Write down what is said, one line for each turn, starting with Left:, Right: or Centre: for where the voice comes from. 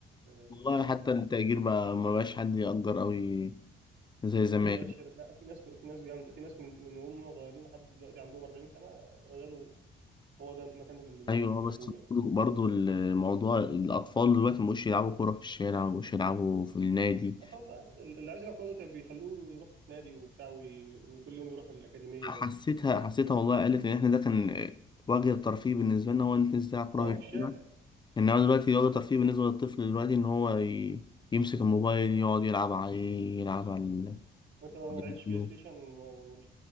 Right: آه،
Left: والله حتى التأجير بقى ما بقاش حد يأجر أوي زي
Right: ما
Left: زمان
Right: بقتش لا في ناس في ناس جامده في ناس من من هم صغيرين لحد دلوقتي عندهم 40 سنه ما زالوا هو ده المكان اللي بيحبوه
Left: أيوه آه، بس
Right: يعني
Left: برضو برضو الموضوع الأطفال دلوقتي مبقوش يلعبوا كورة في الشارع مبقوش يلعبوا في النادي
Right: خلاص بقى ال- اللي عايز يلعب كوره دلوقتي بيخلوه يروح في نادي وبتاع وي- وكل يوم يروح الاكاديميه
Left: حسيتها
Right: و...
Left: حسيتها والله قالت إن إحنا ده كان آه، وجه الترفيه بالنسبة لنا هو إن أنت تنزل تلعب كورة
Right: اه
Left: في
Right: في الشارع
Left: الشارع إنما دلوقتي وجه الترفيه بالنسبة للطفل دلوقتي إن هو ي- يمسك الموبايل يقعد يلعب عليه يلعب على ال-
Right: انت ما
Left: على
Right: لعبتش
Left: اليوتيوب
Right: بلاي ستيشن ما- ما- مش